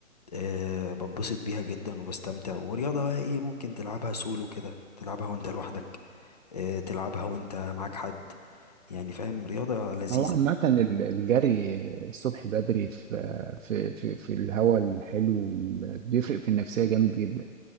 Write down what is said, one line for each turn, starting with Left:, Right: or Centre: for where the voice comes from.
Left: آه، بتبسط بيها جدا وبستمتع ورياضة بقى ايه ممكن تلعبها سولو كده تلعبها وانت لوحدك آه، تلعبها وانت معاك حد يعني فاهم رياضة لذيذة
Right: هو عامة ال- الجري الصبح بدري في في في, في الهواء الحلو بيفرق في النفسية جامد جدا